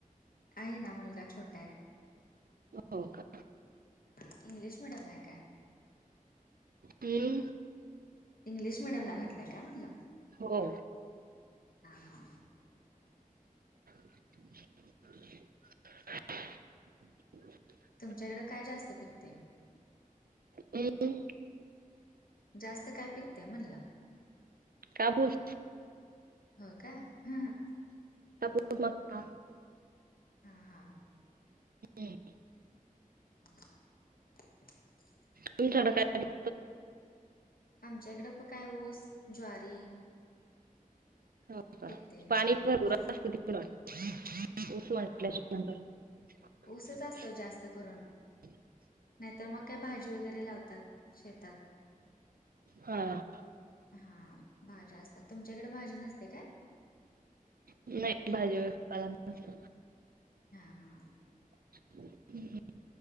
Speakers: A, on the left; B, on the right.
A: आहे ना मुलगा छोटा आहे.
B: हो का
A: हा इंग्लिश मीडम ल का?
B: हम्.
A: इंग्लिश मिडियम ला घातलाय काय, म्हणलं?
B: हो.
A: हा हा.
B: <inaudible>
A: तुमच्याकडे काय जास्तं पिकतय?
B: हम.
A: जास्त काय पिकतय म्हणलं?
B: कापूस
A: हो का? हं हं.
B: <unintelligible> मग ता <unintelligible>
A: हां हां.
B: हम्म.
A: <inaudible>
B: त थोड का <inaudible>
A: आमच्या ईकडे पण काय ऊस, ज्वारी.
B: हो का?
A: पिकते
B: पाणी
A: मग
B: भरपूर
A: कोक
B: असतं तिकडं <unintelligible> तस वा
A: हा
B: श
A: ऊसच असतं जास्त करून
B: <unintelligible>
A: नाहीतर मग काय भाजी वगैरे लावतात, शेतात.
B: हां.
A: हां भाज्या असतात, तुमच्याकड भाजी नसते काय?
B: नही, भाजी <unintelligible> पाला नसतो.
A: हां हां.
B: हम्म्.